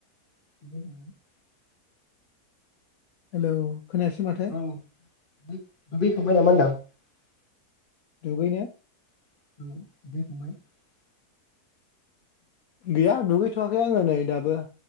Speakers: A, on the left; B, on the left.
A: <inaudible>
B: हेलौ खोनायासै माथो
A: औ <unintelligible>
B: दुगैनो
A: <unintelligible>
B: गैया दुगैथ'वाखै आङो नै दाबो।